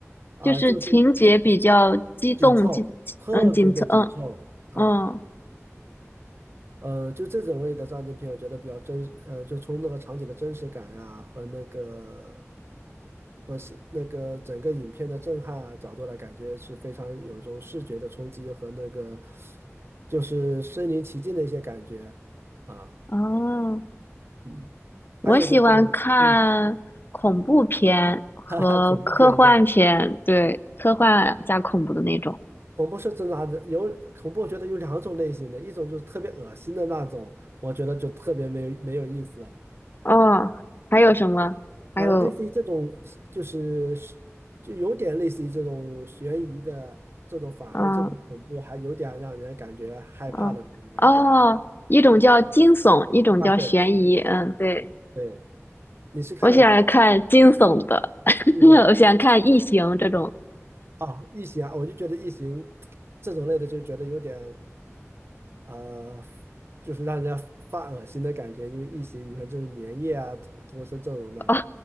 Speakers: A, on the right; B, on the left.
A: 啊，
B: 就是情节比较激动，
A: 就是紧凑，
B: 激，
A: 特别的紧凑啊。
B: 嗯，紧凑，嗯，嗯，
A: 呃，就这种类的战争片，我觉得比较真实，呃，就从那个场景的真实感啊，和那个和是那个整个影片的震撼啊角度来，感觉是非常有一种视觉的冲击和那个就是身临其境的一些感觉啊，
B: 哦。
A: 嗯，
B: 我喜欢看恐怖片和科幻片，
A: 还有就是，嗯，<laughs> 哈哈，恐怖片是吧？
B: 对，科幻加恐怖的那种。
A: 恐怖是真的还是有恐怖，我觉得有两种类型的，一种就是特别恶心的那种，我觉得就特别没有没有意思
B: 哦，还有什么？还有，
A: 啊，类似于这种就是就有点类似于这种悬疑的这种，反而这种恐怖还有点让人感觉害怕的那种感觉
B: 嗯嗯哦，一种叫惊悚，一种叫悬疑。
A: 啊。对
B: 嗯，对，
A: 对，你是看的哪
B: 我喜欢看惊悚的，<laughs>
A: 这种的
B: 我喜欢看异形这种，
A: 啊？异形啊，我就觉得异形这种类的就觉得有点呃，就是让人家发恶心的感觉，因为异形你看这种粘液啊、同同时这种的。
B: <laughs> 哦，